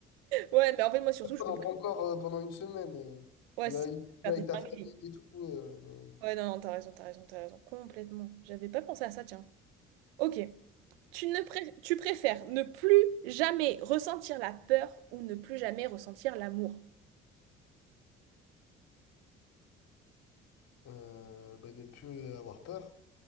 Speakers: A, on the right; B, on the left.
A: Ouais, mais en fait, moi surtout, je
B: pas
A: veux
B: dans
A: pas-
B: ton corps euh, pendant une semaine. euh.
A: Ouais,
B: Tu
A: c'est
B: vas tu
A: faire
B: vas avec
A: des
B: ta
A: dingueries.
B: famille et tout. euh, non.
A: Ouais, non, non, t'as raison, t'as raison, t'as raison. Complètement. J'avais pas pensé à ça, tiens. Ok. Tu ne pré- tu préfères ne plus jamais ressentir la peur ou ne plus jamais ressentir l'amour?
B: Euh, bah, ne plus euh, avoir peur.